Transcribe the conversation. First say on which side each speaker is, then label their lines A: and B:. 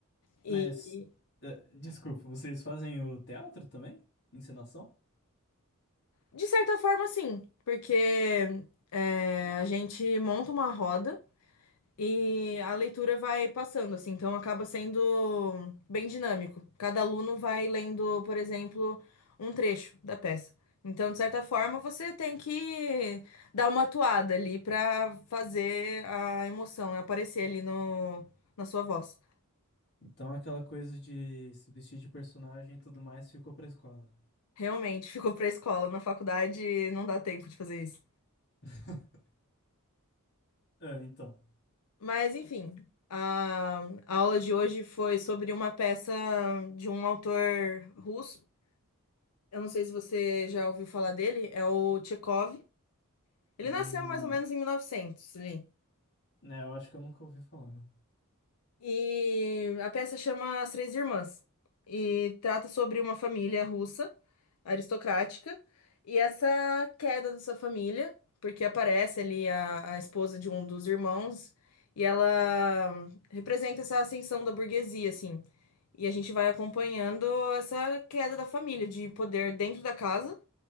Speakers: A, on the left; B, on the left.
A: E,
B: Mas, eh, desculpa, vocês fazem o teatro também? Encenação?
A: de certa forma, sim, porque é, a gente monta uma roda. E a leitura vai passando, assim, então acaba sendo bem dinâmico. Cada aluno vai lendo, por exemplo, um trecho da peça. Então, de certa forma, você tem que dar uma atuada ali para fazer a emoção aparecer ali no, na sua voz.
B: Então aquela coisa de se vestir de personagem e tudo mais ficou pra escola.
A: Realmente, <laughs> ficou pra escola, na faculdade não dá tempo de fazer isso.
B: <laughs> Ah, então.
A: Mas, enfim, a, a aula de hoje foi sobre uma peça de um autor russo. Eu não sei se você já ouviu falar dele, é o Tchekov. Ele
B: Hum,
A: nasceu mais ou menos em 1900 ali.
B: né, eu acho que eu nunca ouvi falar, não.
A: E a peça chama As Três Irmãs e trata sobre uma família russa aristocrática e essa queda dessa família, porque aparece ali a, a esposa de um dos irmãos e ela representa essa ascensão da burguesia, assim. E a gente vai acompanhando essa queda da família de poder dentro da casa